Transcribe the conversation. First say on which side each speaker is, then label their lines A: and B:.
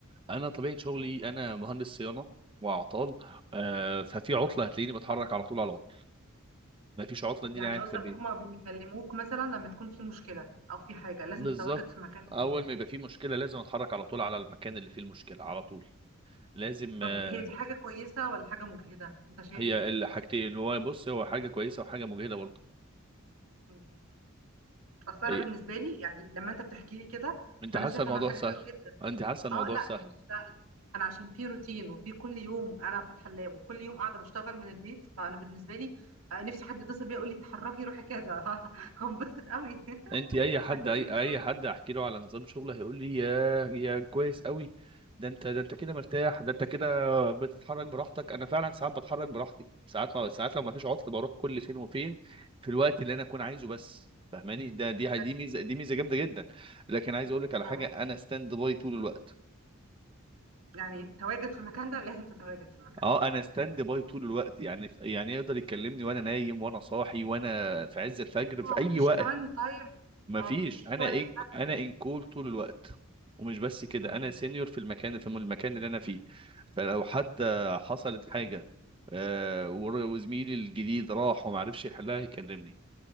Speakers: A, on the right; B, on the right.
A: انا طبيعه شغلي انا مهندس صيانه واعطال آه ففي عطله هتلاقيني بتحرك على طول على العطل ما فيش عطله دي
B: يعني
A: قاعد
B: قصدك
A: في البيت
B: هما بيكلموك مثلا لما تكون في مشكله او في حاجه لازم
A: بالظبط
B: تتواجد في مكان جديد
A: اول ما يبقى في مشكله لازم اتحرك على طول على المكان اللي فيه المشكله على طول لازم
B: طب
A: آه
B: هي دي حاجه كويسه ولا حاجه مجهده انت شايف
A: هي
B: ايه
A: الحاجتين هو بص هو حاجه كويسه وحاجه مجهده برضه
B: مم. اصل
A: هي
B: انا بالنسبه لي يعني لما انت بتحكي لي كده
A: انت
B: فانا
A: حاسه
B: شايفه
A: الموضوع
B: انها حاجه
A: سهل
B: حلوه جدا
A: انت حاسه الموضوع
B: اه لا
A: سهل
B: مش سهل انا عشان في روتين وفي كل يوم انا فاتحه اللاب وكل يوم قاعده بشتغل من البيت فانا بالنسبه لي آه، نفسي حد يتصل بيا يقول لي اتحركي روحي كذا <laughs> هنبسط قوي <laughs>
A: انت اي حد
B: هكمل
A: اي
B: شغل
A: اي حد احكي له على نظام شغله هيقول لي يا يا كويس قوي ده انت ده انت كده مرتاح ده انت كده بتتحرك براحتك انا فعلا ساعات بتحرك براحتي ساعات ما ساعات لو ما فيش عطل بروح كل فين وفين في الوقت اللي انا اكون عايزه بس فاهماني ده دي
B: حلو
A: دي ميزه دي ميزه جامده جدا لكن عايز اقول لك على
B: طبعا
A: حاجه انا ستاند باي طول الوقت
B: يعني تواجد في المكان ده لازم تتواجد في المكان
A: اه
B: ده
A: انا ستاند باي طول الوقت يعني يعني يقدر يكلمني وانا نايم وانا صاحي وانا في عز الفجر في
B: اه
A: اي
B: مفيش
A: وقت
B: كمان تايم
A: مفيش
B: اه مفيش
A: انا
B: وقت
A: ان
B: محدد
A: انا ان كول طول الوقت ومش بس كده
B: مم.
A: انا سينيور في المكان في المكان اللي انا فيه فلو حتى حصلت حاجه آه، ور- وزميلي الجديد راح وما عرفش يحلها يكلمني